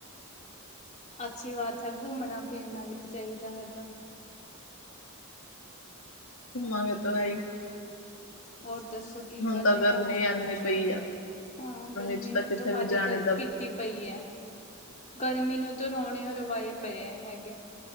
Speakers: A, on the left (about 30°); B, on the left (about 70°).
A: ਅੱਛੀ ਬਾਤ ਹੈ ਘੁੰਮਣਾ ਫਿਰਨਾ ਵੀ ਚਾਈਦਾ ਹੈਗਾ।
B: ਘੁੰਮਾਂਗੇ ਤੋਂ ਹੈਈ।
A: ਹੋਰ ਦੱਸੋ ਕੀ ਕਰਦੇ
B: ਤਾਂ ਗਰਮੀ
A: ਹਲ
B: ਐਨੀ ਪਈ ਆ
A: ਹਾਂ ਗਰਮੀ
B: ਚ ਤਾਂ
A: ਨੂੰ
B: ਕਿਤੇ
A: ਤੋ ਹੱਦ
B: ਵੀ ਜਾਣੇ
A: ਕ
B: ਦਾ
A: ਕੀਤੀ ਪਈ ਐ। ਗਰਮੀ ਨੂੰ ਤਾਂ ਰੋਣੇ ਰਵਾਏ ਪਏ ਹੈਗੇ।